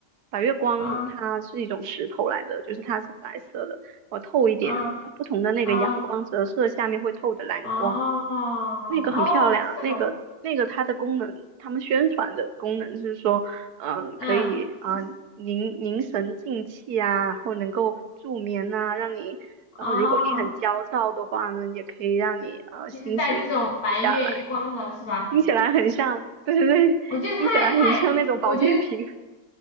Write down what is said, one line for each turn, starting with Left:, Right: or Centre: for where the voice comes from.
Right: 白月光它是一种石头来的，
Left: 啊
Right: 就是它是白色的，我透一点，
Left: 啊
Right: 就不同的那个阳光折射下面会透的蓝光，
Left: 啊哦哦，
Right: 那个很漂亮。
Left: 这种
Right: 那个那个它的功能，他们宣传的功能是说，嗯、
Left: 嗯，
Right: 可以啊、
Left: 这
Right: 凝凝神静气啊，然后能够助眠呐、让你呃如果你很焦躁的话呢，
Left: 哦，
Right: 也可以让你呃心情。
Left: 就是带这种白月光的是吧？
Right: 不下来，听起来很像，对对对，
Left: 我觉得太太，
Right: 听起来很像那种保健品。
Left: 我觉得
Right: <laughs>